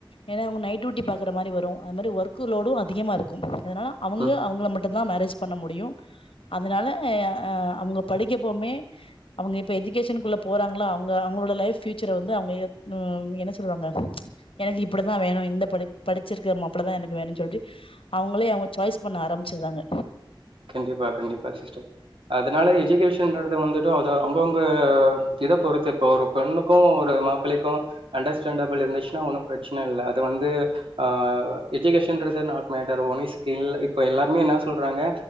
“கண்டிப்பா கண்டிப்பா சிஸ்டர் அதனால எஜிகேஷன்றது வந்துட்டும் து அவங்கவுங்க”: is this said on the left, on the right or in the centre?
Right